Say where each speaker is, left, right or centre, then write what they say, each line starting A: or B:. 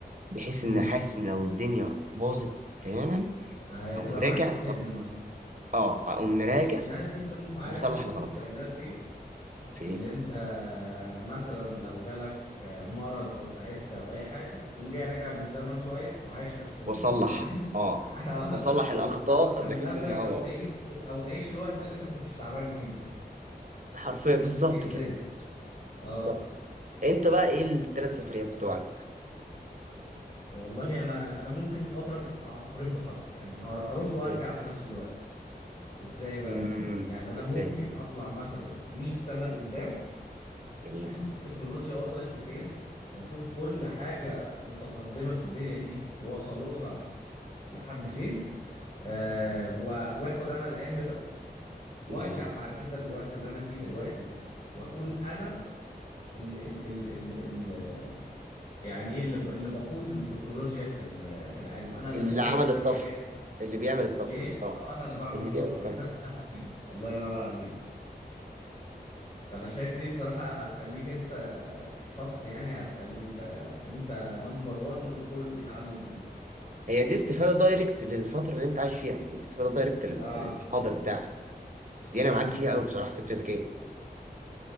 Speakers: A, on the right; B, on the left.
A: بحيث
B: امم
A: ان حاسس ان لو الدنيا باظت تماما
B: هتبقى
A: اقوم راجع
B: معاك استبن مثلا
A: اه اقوم مراجع
B: انت عارف دي انت م- عارف
A: ومصلح
B: دي ممكن
A: الغلط
B: تستغلها
A: ده
B: في ايه
A: فين
B: اللي انت مثلا لو جالك مرض او تعبت او اي حاجه تقوم جاي راجع بالزمن شويه وعايش نفس ال
A: واصلح
B: <laughs>
A: اه
B: آه،
A: واصلح الاخطاء
B: وتصلح من
A: بحيث
B: نفسك
A: ان اه
B: او تعيد او تعيش الوقت اللي انت ما كنتش تعبان فيه
A: حرفيا بالظبط
B: تعيشه
A: كده
B: تاني اه
A: بالظبط انت بقى ايه الثلاث سفريات بتوعك
B: والله انا انا ممكن اضرب العصفورين بحجر يعني أر- اروح وارجع
A: قول
B: في نفس الوقت ازاي بقى
A: امم
B: يعني انا
A: ازاي
B: ممكن اطلع مثلا 100 سنه لقدام
A: جميل
B: اشوف التكنولوجيا وصلت لفين واشوف كل حاجة
A: جميل
B: متقدمة في الدنيا دي وصلوا لها لحد فين أه
A: جميل
B: و- واخد انا العلم ده وارجع
A: جميل.
B: بعد كده للوقت اللي انا فيه دلوقتي واكون انا ال ال ال ال ال يعني ايه اللي, ب- اللي بقود التكنولوجيا في ال- في العالم انا اللي
A: اللي
B: بكتشف
A: عمل الطفر
B: الحاجات
A: اللي بيعمل الطفر
B: ايه
A: اه
B: آه، انا اللي بعمل
A: اللي
B: الطفرة
A: بيعمل الفرق
B: <laughs> الله ينور عليك فانا شايف دي بصراحة هتخليك انت كشخص يعني هتخلي انت انت نمبر وان وكله بيتعلم منك
A: هي دي استفاده دايركت للفتره اللي انت عايش فيها يعني دي استفاده دايركت لل-
B: اه
A: للحاضر بتاعك دي انا
B: امم
A: معاك فيها قوي بصراحه فكره ذكيه